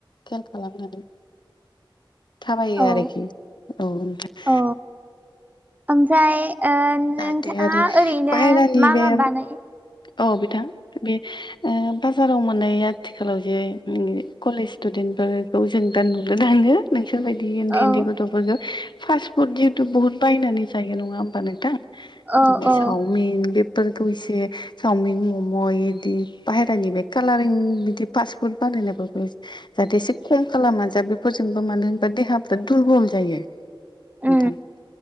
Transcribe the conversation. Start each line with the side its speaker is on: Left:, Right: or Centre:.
Left: खेल खालामनानै थाबायो
Right: औ
Left: आरोखि। औ <unintelligible>
Right: औ ओमफ्राय ओ नोंथाङा
Left: जाहाथे आरो
Right: ओरैनो
Left: बाहेरानि
Right: मा
Left: बे
Right: मा बानाय
Left: औ बिथां बे बाजाराव मोननाया आथिखालाव जे कलेज स्टुदेन्ट फोरफोरखौ जों दा नुोन थाङो नोंसोरबायदि उन्दै
Right: औ
Left: उन्दै गथ' फास्ट फुद जिहेतु बुहुत बायनानै जायो नङा होमबा नोंथां
Right: औ औ
Left: चावमिन बेफोरफोरखौैसे सावमिन मम' इदि बाहेरानि बे कालारिं बिदि फास्टफुड बानायनाय बे जाहाथे एसे खम खालामा जा बेफोरजोंबो मानो होनबा देहाफ्रा दुरबल जायो
Right: उम
Left: ओखाम <unintelligible>